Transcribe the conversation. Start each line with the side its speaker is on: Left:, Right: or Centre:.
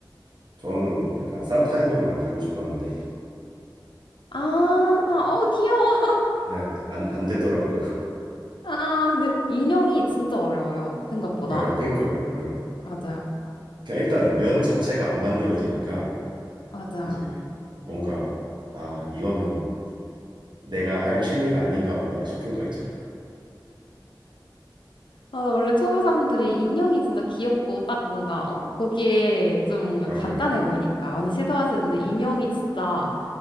Right: 저는 약간 산타 인형 만들고 싶었는데
Left: 아, 어, 귀여워.
Right: 예, 안, 안 되더라고요.
Left: 아, 아, 근데 인형이 진짜 어려워요. 생각보다.
Right: <laughs> 예, 그러니까요. 예.
Left: 맞아요.
Right: 그냥 일단 면 자체가 안 만들어지니까
Left: 맞아.
Right: 이제 뭔가 아, 이거는 내가 할 취미가 아닌가 보다 싶은 거 있죠.
Left: 아, 원래 초보자분들이 인형이 진짜 귀엽고 딱 뭔가, 어? 보기에 좀 뭔가
Right: 맞아요.
Left: 간단해 보이니까 많이 시도하시는데 인형이 진짜